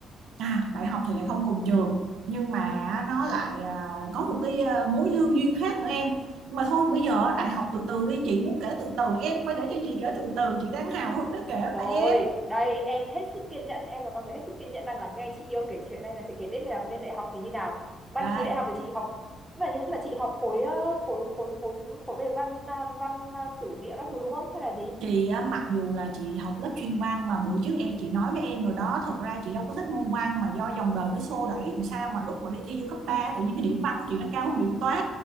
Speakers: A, on the right; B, in the centre.
A: à đại học thì lại không cùng trường nhưng mà nó lại à, có một cái à, mối lương duyên khác nữa em nhưng mà thôi bây giờ
B: Thế
A: đại học từ từ đi chị muốn kể từ từ em phải để cho chị kể từ từ chị đang hào hứng để kể
B: Rồi,
A: mà em
B: đây em hết sức kiên nhẫn, em là con người hết sức kiên nhẫn đang lắng nghe chị yêu kể chuyện đây là chị kể tiếp về là lên đại học thì như nào? Đăng
A: Rồi,
B: ký đại học thì chị học nhưng mà nhưng mà, nhưng mà chị học khối ờ, khối khối khối khối về văn à, văn à, sử địa các thứ đúng không hay là gì?
A: chị á, mặc dù là chị học lớp chuyên văn mà bữa trước em chị nói với em rồi đó, thật ra chị đâu có thích môn văn mà do dòng đời nó xô đẩy làm sao mà lúc mà đi thi vô cấp 3 tự nhiên cái điểm văn của chị nó cao hơn điểm toán,